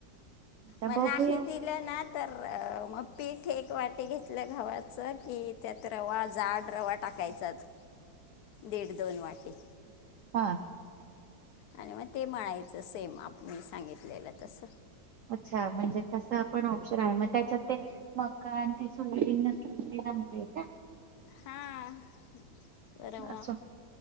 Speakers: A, on the right (about 75°); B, on the left (about 70°).
A: आता
B: मग
A: बघूया
B: नाही दिलं ना तर मग पीठे एक वाटी घेत ल घावाचं कि त्यात रवा जाड रवा टाकायचाच. दीड दोन वाटी
A: हा.
B: आणि मग ते म्हणायचं सेम आपी सांगितलेलं तस.
A: अच्छा म्हणजे तसं पण ऑप्शन आहे मग त्याच्यात ते मका आणि ते सोयरी नसतील त लमकय का
B: हा बर म.
A: असं